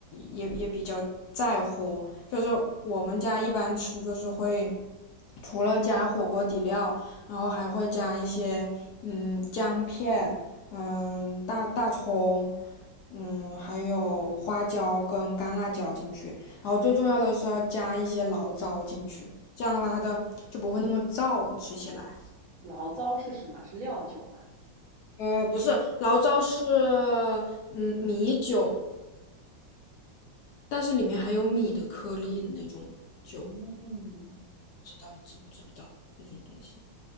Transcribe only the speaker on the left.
也也比较在乎。就是我们家一般吃，就是会除了加火锅底料，然后还会加一些嗯姜片，嗯大大葱，嗯还有花椒跟干辣椒进去。然后最重要的是要加一些醪糟进去，这样的话它的就不会那么燥，吃起来。
呃，不是，醪糟是嗯米酒，但是里面还有米的颗粒的那种，不
知道你知不知道那种东西？